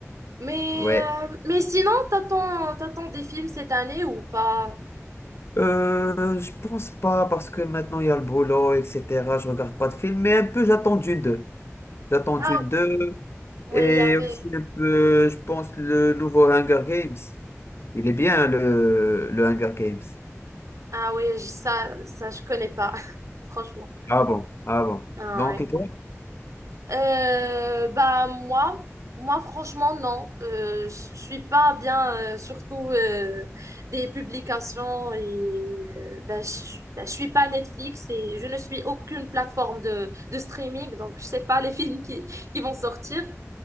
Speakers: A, on the right (about 80°); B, on the left (about 55°).
A: Mais,
B: Ouais.
A: euh, mais sinon, t'attends, t'attends des films cette année ou pas?
B: Euh, je pense pas, parce que maintenant, il y a le boulot, etc. Je regarde pas de film, mais un peu, j'attends Dune deux. J'attends
A: Ah
B: Dune deux.
A: ouais,
B: Et
A: il y avait.
B: aussi un peu, je pense, le nouveau Hunger Games. Il est bien, le, le Hunger Games.
A: Ah oui, je- ça, ça, je connais pas, <laughs> franchement.
B: Ah bon, ah bon.
A: Ah
B: Donc,
A: ouais.
B: et toi?
A: Euh, bah moi, moi franchement non, Euh, je je suis pas bien, euh, surtout euh, des publications et euh, bah, je, bah, je suis pas Netflix et je ne suis aucune plateforme de, de streaming, donc je sais pas les <laughs> films qui, qui vont sortir.